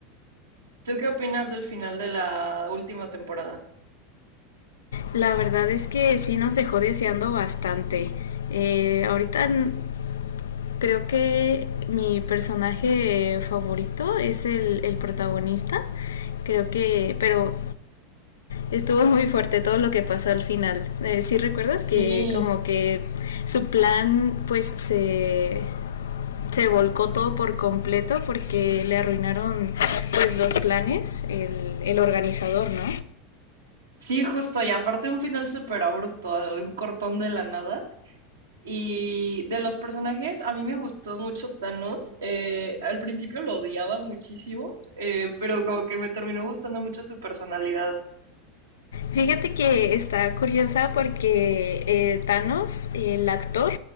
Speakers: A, on the right; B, on the left.
A: ¿Tú qué opinas del final de la última temporada?
B: La verdad es que sí nos dejó deseando bastante. Eh, ahorita n- creo que mi personaje favorito es el, el protagonista. Creo que, pero estuvo muy fuerte todo lo que pasó al final. Eh, sí recuerdas
A: Sí,
B: que como que su plan pues se se volcó todo por completo porque le arruinaron pues los planes, el, el organizador, ¿no?
A: sí, justo. Y aparte un final súper abrupto, un cortón de la nada. Y de los personajes, a mí me gustó mucho Thanos. Eh, al principio lo odiaba muchísimo, eh, pero como que me terminó gustando mucho su personalidad.
B: Fíjate que está curiosa porque eh, Thanos, el actor,